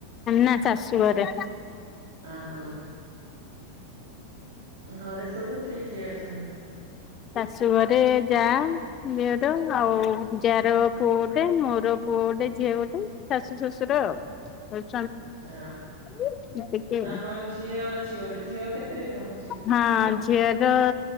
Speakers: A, on the left; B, on the right.
A: ନା ଶାଶୁ ଘରେ।
B: ଆଁ ହାଁ ଘରେ ସବୁ କିଏ କିଏ ଅଛନ୍ତି?
A: ଶାଶୁ ଘରେ ଯା ଦିଅର ଆଉ ଯା ର ପୁଅ ଗୋଟେ ମୋର ପୁଅ ଗୋଟେ ଝିଅ ଗୋଟେ ଶାଶୁ ଶଶୁର ଆଉ। <inaudible>
B: ହଁ
A: ଏତିକି
B: ଆପଣଙ୍କ
A: ଆଉ
B: ଝିଅ ଅଛି ଗୋଟେ ଝିଅ କେତେରେ ପଢୁଛି?
A: ହଁ ଝିଅ ତ